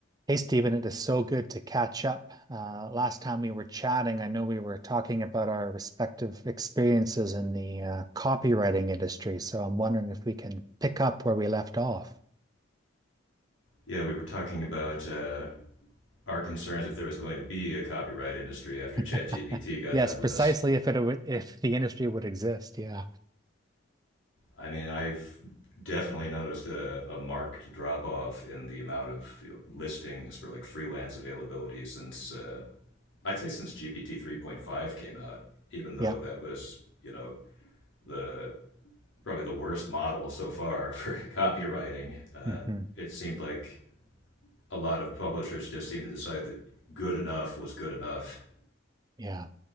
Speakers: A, on the right; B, on the left.
A: Hey, Stephen, it is so good to catch up. Uh, last time we were chatting, I know we were talking about our respective experiences in the uh, copywriting industry. So I'm wondering if we can pick up where we left off.
B: Yeah, we were talking about uh, our concerns if there was going to be a copyright industry after
A: <laughs>
B: ChatGPT got
A: Yes,
B: done with
A: precisely
B: us.
A: if it would, if the industry would exist. Yeah.
B: I mean, I've definitely noticed a, a marked drop off in the amount of you know, listings for like freelance availability since uh, I'd say since GPT 3.5 came out, even though
A: Yeah.
B: that was, you know, the probably the worst model so far <laughs> for copywriting. Uh,
A: hmm
B: it seemed like a lot of publishers just seemed to decide that good enough was good enough.
A: Yeah.